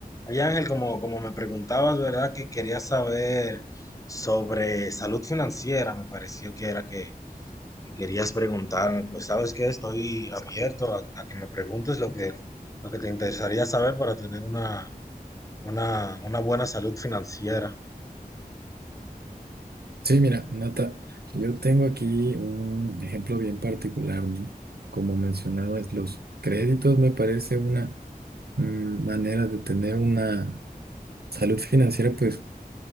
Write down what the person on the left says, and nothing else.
Oye Ángel, como, como me preguntabas, ¿verdad? Que querías saber sobre salud financiera, me pareció que era que, que querías preguntarme. Pues sabes que estoy abierto a, a que me preguntes lo que, lo que te interesaría saber para tener una, una, una buena salud financiera.